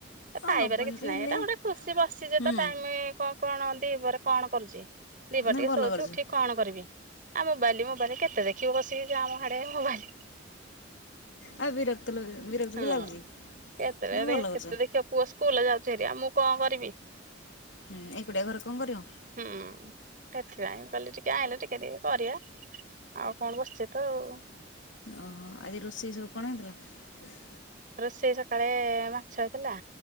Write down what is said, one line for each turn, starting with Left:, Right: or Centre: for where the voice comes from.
Right: ଏ
Left: ହଁ
Right: ପାଇବାରେ
Left: ହବନି
Right: କିଛି
Left: ଯେ
Right: ନାହିଁ
Left: ହେଲେ
Right: ଏଟା ଗୋଟେ ଖୁସି ବସିଚି
Left: ହୁଁ
Right: ତ ଟାଇମ୍ କ କଣ ଦିିପହରେ କଣ କରୁଚି ଦିପହରେ
Left: ନାଇଁ
Right: ଟିକେ
Left: ଭଲ
Right: ଶୋଉଚି
Left: କରିଛୁ।
Right: ଉଠିକି କଣ କରିବି ଆ ମୋବାଇଲି ମୋବାଇଲ୍ କେତେ ଦେଖିବ ବସ୍ ତି ଯା ମ ହାଡ଼େ ମୋବାଇଲ୍
Left: ଆଉ ବିରକ୍ତ ବିରକ୍ତ
Right: ହଁ
Left: ବି ଲାଗୁଛି
Right: କେତେବେ
Left: ନା
Right: ଦେ
Left: ଭଲ କରିଛ।
Right: ଦେଖିବ ପୁଅ ସ୍କୁଲ୍ ଯାଉ ଚି ହାରି‌ ଆ ମୁଁ କଁ କରିବି?
Left: ହୁଁ ଏକୁଟଆ ଘରେ କଁ କରିବ?
Right: ହୁଁ। ଏଥିପାଇଁ କହିଲି ଟିକେ ଆଇଁଲେ ଟିକେ ଟିକେ କରିବା ଆଉ କଣ ବସିଚି ତ ଆଉ।
Left: ଓହୋ ଆଜି ରୋଷେଇ ସବୁ କଣ ହେଇଥିଲା?
Right: ରୋଷେଇ ସକାଳେ ମାଛ ହେଇଥିଲା।